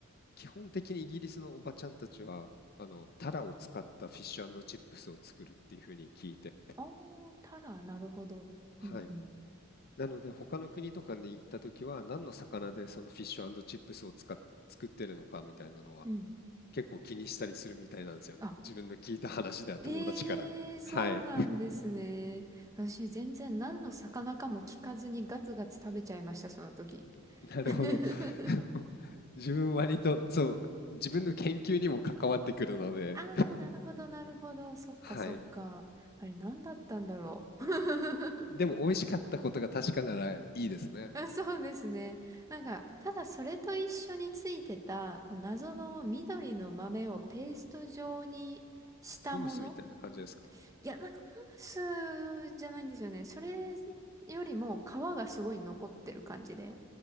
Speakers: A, on the left (about 50°); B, on the right (about 15°).
A: 基本的にイギリスのおばちゃんたちはあのタラを使ったフィッシュチップスを作るっていうふうに聞いて、
B: ああ、タラ、なるほど。
A: はい。
B: うん、うん、
A: なので他の国とかに行った時は何の魚でそのフィッシュチップスを使っ作ってるのかみたいなのは
B: うん。
A: 結構気にしたりするみたいなんですよね。
B: あ、
A: 自分の聞いた話では友達から。
B: ええそうなんですね。
A: はい、
B: 私、全然何の魚かも聞かずにガツガツ食べちゃいました、その時。
A: <laughs> なるほど。
B: <laughs>
A: <laughs> 自分割とそう、自分の研究にも関わってくるので、
B: ああ、なるほど、なるほど。そっか、
A: はい。
B: そっか。あれ、何だったんだろう。<laughs>
A: でも美味しかったことが確かならいいですね。
B: あそうですね。なんか、ただそれと一緒についてた、こう謎の緑の豆をペースト状にしたもの
A: フムスみたいな感じですか？
B: いや、なんかフムスじゃないんですよね。それよりも皮がすごい残ってる感じで。